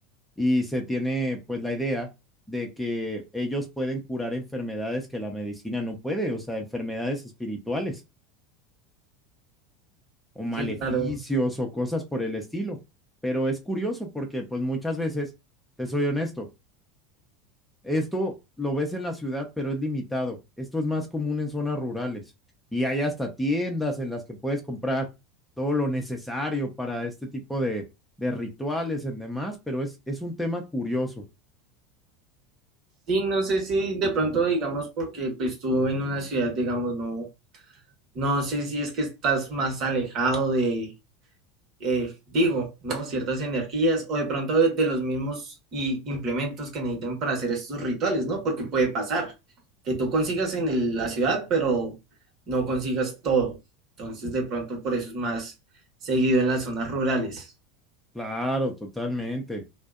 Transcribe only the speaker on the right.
Sí, claro.
Sí, no sé si de pronto, digamos, porque pues tú en una ciudad, digamos, no, no sé si es que estás más alejado de, eh, digo, ¿no? Ciertas energías o de pronto de, de los mismos y implementos que necesiten para hacer estos rituales, ¿no? Porque puede pasar que tú consigas en el- la ciudad, pero no consigas todo. Entonces, de pronto por eso es más seguido en las zonas rurales.